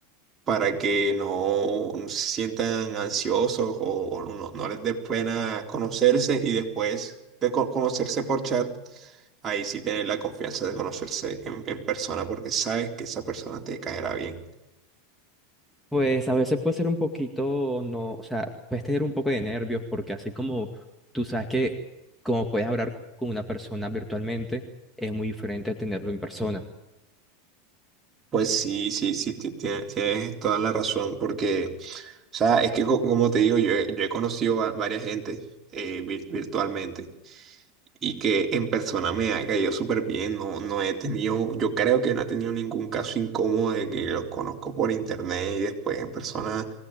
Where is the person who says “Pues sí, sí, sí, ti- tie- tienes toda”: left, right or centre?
Right